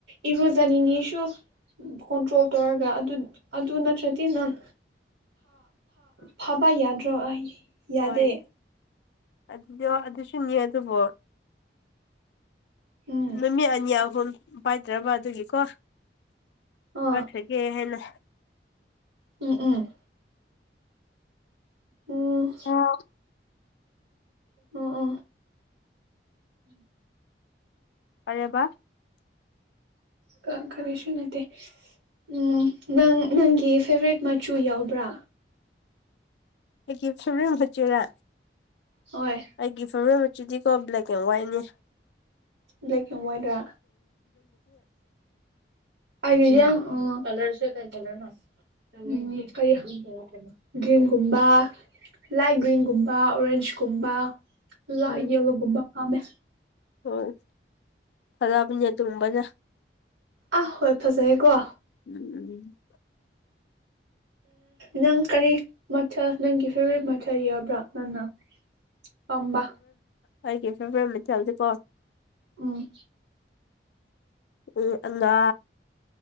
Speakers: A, on the right; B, on the left.
A: ꯏꯔꯨꯖꯅꯤꯡꯉꯤꯁꯨ ꯀꯣꯟꯇ꯭ꯔꯣꯜ ꯇꯧꯔꯒ ꯑꯗꯨ ꯅꯠꯇ꯭ꯔꯗꯤ ꯅꯪ ꯐꯥꯕ ꯌꯥꯗ꯭ꯔꯣ ꯑꯩ ꯌꯥꯗꯦ
B: ꯍꯣꯏ ꯑꯗꯨꯗꯣ ꯑꯗꯨꯁꯨꯅꯤ ꯑꯗꯨꯕꯨꯣ
A: ꯎꯝ
B: ꯅꯨꯃꯤꯠ ꯑꯅꯤ ꯑꯍꯨꯝ ꯄꯥꯏꯗ꯭ꯔꯕ ꯑꯗꯨꯒꯤꯀꯣ
A: ꯑꯥ
B: ꯄꯁꯒꯤ ꯍꯂ
A: ꯎꯝ ꯎꯝ ꯑꯣ
B: ꯑ
A: ꯑꯣ ꯑꯣ ꯎꯝ
B: ꯄꯔꯦꯕ
A: ꯀ ꯈꯔꯁꯨ ꯅꯠꯇ ꯎ ꯅꯪ ꯅꯪꯒꯤ ꯐꯦꯕꯣꯔꯦꯠ ꯃꯆꯨ ꯌꯥꯎꯕ꯭ꯔꯥ
B: ꯑꯩꯒꯤ ꯐꯦꯕꯔꯤ ꯃꯆꯨꯔ
A: ꯍꯣꯏ
B: ꯑꯩꯒꯤ ꯐꯦꯕ ꯃ ꯗꯤꯀꯣ ꯕ꯭ꯂꯦꯛ ꯀ ꯋꯥꯏꯅꯦ
A: ꯕ꯭ꯂ ꯑꯦ ꯋꯥꯏꯠ ꯔ ꯑꯩꯗꯤ ꯀꯂꯔꯁꯦ ꯀꯩ ꯀꯂꯔ ꯅ ꯀꯪ ꯒ꯭ꯔꯤꯟꯒꯨꯝꯕ ꯂꯥꯏꯠ ꯒ꯭ꯔꯤꯟꯒꯨꯝꯕ ꯑꯣꯔꯦꯟꯖꯀꯨꯝꯕ ꯂ
B: ꯎꯝ
A: ꯌꯦ ꯂꯨꯒꯨꯞꯕ ꯐꯥꯃꯦ
B: ꯍꯣꯏ ꯐꯗꯅꯦ ꯑꯗꯨꯒꯨꯝꯕꯖ
A: ꯑꯥ ꯍꯣꯏ ꯐꯖꯩꯌꯦꯦꯀꯣ
B: ꯎꯝ ꯎꯝ
A: ꯅꯪ ꯀꯔꯤ ꯃꯊꯜ ꯅꯪꯒꯤ ꯐꯦꯚꯣꯔꯥꯏꯠ ꯃꯊꯜ ꯌꯥꯕ꯭ꯔꯥ ꯅꯪꯅ ꯄꯥꯝꯕ
B: ꯑꯩꯒꯤ <unintelligible> ꯗꯤꯀꯣ
A: ꯎꯝ
B: ꯎꯝ ꯑꯉꯥ